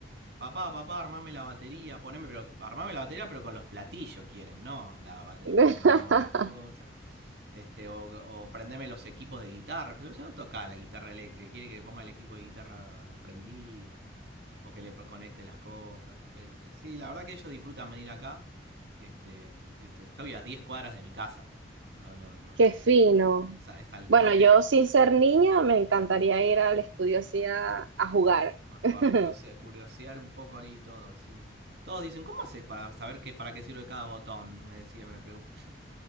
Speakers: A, on the right; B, on the right.
A: Papá, papá, armame la batería, poneme, pero armame la batería, pero con los platillos quieren, ¿no? La, te
B: <laughs>
A: lo ponen nada más las cosas. Este, o, o prendeme los equipos de guitarra. Pero si no toca la guitarra eléctrica, quiere que le ponga el equipo de guitarra prendido, o que le conecte las cosas. Este, sí, la verdad que ellos disfrutan venir acá. Este, este, estoy a 10 cuadras de mi casa. No, no, no.
B: Qué fino.
A: Es, es al
B: Bueno,
A: toque,
B: yo sin ser niña me encantaría ir al estudio así a, a jugar.
A: Más juega
B: <laughs>
A: a curiosear, curiosear un poco ahí todo, sí. Todos dicen, ¿cómo haces para saber qué, para qué sirve cada botón? Me decía, me pregunta. <laughs>